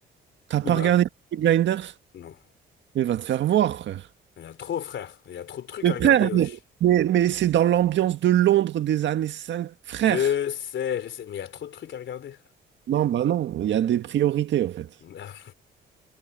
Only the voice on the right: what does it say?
t'as pas
regardé Peaky Blinders?
Mais va te faire voir, frère.
Mais
frère,
mais, mais- mais c'est dans l'ambiance de Londres des années 5, Frère.
Non, bah non, il y a des priorités en fait.